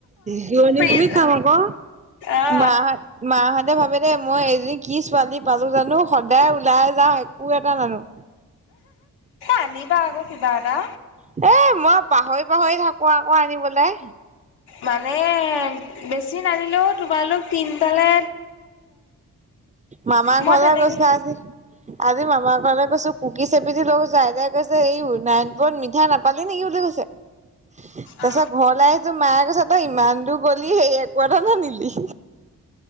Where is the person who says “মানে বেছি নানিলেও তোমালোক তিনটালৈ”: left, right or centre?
Left